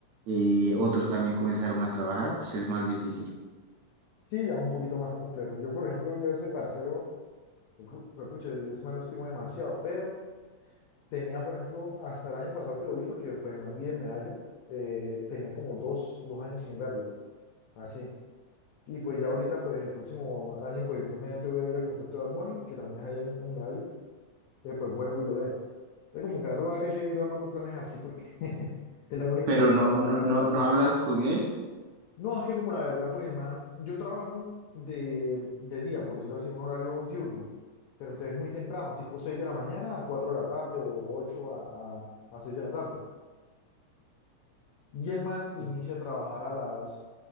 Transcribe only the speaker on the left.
Sí, ya es un poquito más complejo. Yo, por ejemplo, yo ese parcero, yo pu- fue pucha, yo ese man lo estimo demasiado, pero tenía, por ejemplo, hasta el año pasado que lo vi, porque pues el man vive en Medallo, eh, tenía como dos, dos años sin verlo, así. Y pues ya ahorita, pues el próximo año, pues Dios mediante voy a ir al concierto de Bad Bunny, que también es allá en, en Medallo, entonces pues vuelvo y lo veo. Entonces como que va a tocar que seguir armando planes así, porque <laughs> es la única
manera
era parcero.
No, es que como la verdad, pues hermano, yo trabajo de, de día, por decirlo así, un horario diurno, pero entonces muy temprano, tipo 6 de la mañana a 4 de la tarde o 8 a, a, a 6 de la tarde. Y el man inicia
a trabajar a las,